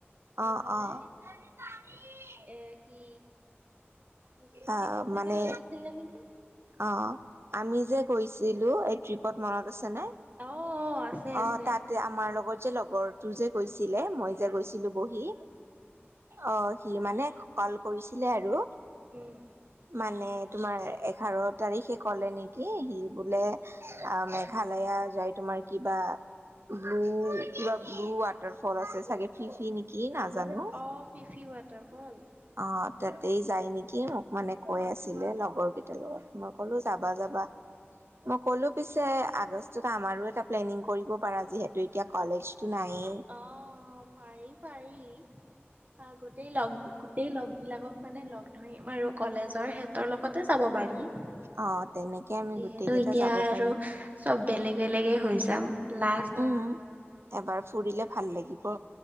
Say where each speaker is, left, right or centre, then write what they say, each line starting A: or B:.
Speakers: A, on the right; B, on the right.
A: এইফালে।
B: অ অ <unintelligible>
A: এ কি হিষ্ট্ৰী
B: আহ
A: ডিপাৰ্টমেণ্টে
B: মানে
A: লৈ গৈছিল নেকি?
B: অ', আমি যে গৈছিলো এই ট্ৰিপত মনত আছেনে?
A: অ অ আছে
B: অ',
A: আছে
B: তাত আমাৰ লগত যে লগৰটো যে গৈছিলে মই যে গৈছিলো বহি। অ', সি মানে ক'ল কৰিছিলে আৰু।
A: উম।
B: মানে তোমাৰ এঘাৰ তাৰিখে ক'লে নেকি সি বোলে অ', মেঘালয় যাই তোমাৰ কিবা ব্লু কিবা ব্লু ৱাটাৰ ফ'ল আছে চাগে ফি ফি নি কি নাজানো?
A: অ', ফি ফি ৱাটাৰফ'ল।
B: অ', তাতেই যায় নেকি? মোক মানে কৈ আছিলে লগৰ কেইটাৰ লগত মই ক'লো যাবা যাবা। মই ক'লো পিছে আগষ্টত আমাৰো এটা প্লেনিং কৰিব পাৰা যিহেতু এতিয়া কলেজটো নাইয়েই।
A: অ', অ', পাৰি, পাৰি গোটেই ল'গ গোটেই ল'গবিলাকক মানে ল'গ ধৰিম আৰু কলেজৰ সিহতৰ ল'গতে যাব পাৰি।
B: অ তেনেকে আমি
A: যিহেতু
B: গোটেই কেইটা
A: এতিয়া
B: যাব
A: আৰু
B: পাৰিম
A: চব বেলেগ বেলেগে হৈ যাম লাষ্ট
B: উম
A: আৰু।
B: এবাৰ ফুৰিলে ভাল লাগিব।